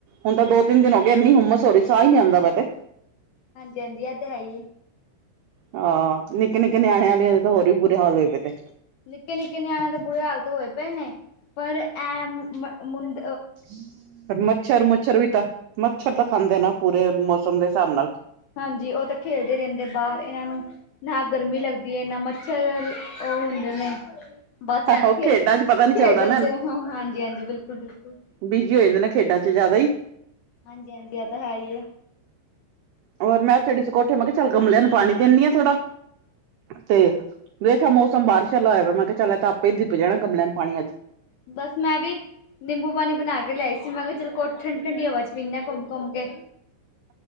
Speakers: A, on the right; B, on the left.
A: ਹੁਣ ਤਾਂ ਦੋ-ਤਿਨ ਹੋ ਗੇ ਐਨੀ ਹੁੰਮਸ ਹੋ ਰੀ ਸਾ ਈ ਨੀ ਆਂਦਾ ਪਾ ਤੇ।
B: ਹਾਂਜੀ-ਹਾਂਜੀ ਐ ਤੇ ਹੈ ਈਏ।
A: ਆ, ਨਿੱਕੇ-ਨਿੱਕੇ ਨਿਆਣੇ ਆਲੀਆਂ ਦੇ ਤਾਂ ਹੋਰ ਵੀ ਬੁਰੇ ਹਾਲ ਹੋਏ ਪਏ ਤੇ।
B: ਨਿਕੇ-ਨਿਕੇ ਨਿਆਣੇਆਂ ਦੇ ਬੁੁਰੇ ਹਾਲ ਤ ਹੋਏ ਪਏ ਨੇ, ਪਰ ਐ <unintelligible> ਮੁੰ
A: <inaudible> ਫੇਰ‌ ਮੱਛਰ-ਮੁੱਛਰ ਵੀ ਤਾਂ, ਮੱਛਰ ਤਾਂ ਖਾਂਦੇ ਨਾ ਪੂਰੇ ਮੌਸਮ ਦੇ ਸਾਬ ਨਾਲ।
B: ਹਾਂਜੀ ਓ ਤਾਂ ਖੇਲਦੇ ਰੈਂਦੇ ਬਾਰ ਏਨਾਂ ਨੂੰ ਨਾ ਗਰਮੀ ਲੱਗਦੀ ਏ ਨਾ ਮੱਛਰ, ਓ ਹੁੰਦੇ ਨੇ ਬਸ ਐਨ
A: ਉਹ
B: ਖੇ,
A: ਖੇਡਾਂ ਚ ਪਤਾ ਨੀ ਚੱਲਦਾ
B: ਖੇਡਨ ਚ ਹਾਂ ਹਾਂਜੀ-ਹਾਂਜੀ ਬਿਲਕੁਲ-ਬਿਲਕੁਲ।
A: ਬੀਜੀ ਹੋ ਯਾਦੇ ਖੇਡਨ ਚ ਜਾਦਾ ਈ।
B: ਹਾਂਜੀ-ਹਾਂਜੀ ਐ ਤਾਂ ਹੈ ਈ ਏ।
A: ਔਰ ਮੈਂ ਚੜੀ ਸੀ ਕੋਠੇ ਮੈਂ ਕੇਆ ਚੱਲ ਗਮਲੇਆਂ ਨੂੰ ਪਾਣੀ ਦਿੰਨੀ ਆ ਥੋੜਾ, ਤੇ, ਦੇਖੇਆ ਮੌ ਸਮ ਬਾਰਸ਼ਾ ਆਲਾ ਹੋਏਆ, ਮੈਂ ਕੇਆ ਚਲ ਤਾਂ ਆਪੇ ਈ ਦਿਪ ਜਾਣਾ ਗਮਲੇਆਂ ਨੂੰ ਪਾਣੀ ਅੱਜ।
B: ਬਸ ਮੈਂ ਵੀ ਨਿੰਬੂ ਪਾਣੀ ਬਣਾ ਕੇ ਲਿਆਏ ਸੀ, ਮੈਂ ਕਿਆ ਚਲ ਕੋਠ ਠੰ ਠੰਡੀ ਹਵਾ ਚ ਪੀਨੇ ਘੁੰਮ-ਘੁੰਮ ਕੇ